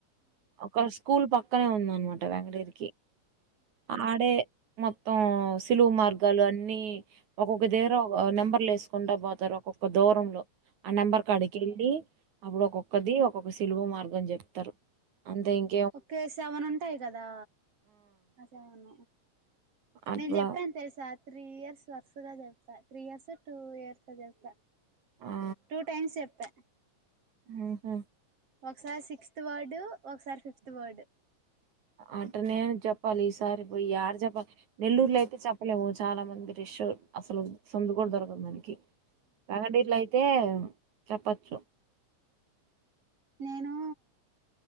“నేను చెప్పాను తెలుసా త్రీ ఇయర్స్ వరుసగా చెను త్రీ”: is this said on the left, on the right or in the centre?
Right